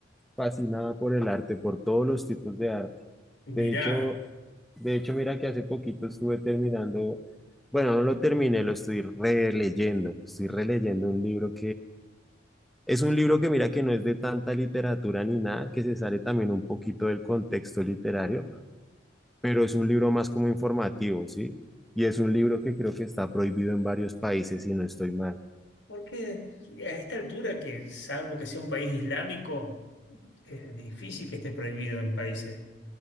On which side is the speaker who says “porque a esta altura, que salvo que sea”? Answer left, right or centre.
Left